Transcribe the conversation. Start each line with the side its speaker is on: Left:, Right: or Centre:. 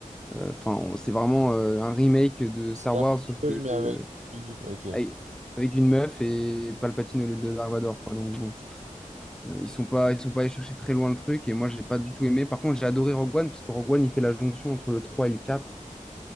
Centre: Euh, Enfin, on- c'est vraiment euh, un remake de
Right: C'est
Centre: Star
Right: la
Centre: Wars,
Right: même
Centre: sauf
Right: chose,
Centre: que
Right: mais avec...
Centre: euh,
Right: Ok.
Centre: avec avec une meuf et Palpatine au lieu de Dark Vador, quoi. Donc bon, euh, ils sont pas, ils sont pas allés chercher très loin le truc. Et moi, j'ai pas du tout aimé. Par contre, j'ai adoré Rogue One parce que Rogue One, il fait la jonction entre le 3 et le quatre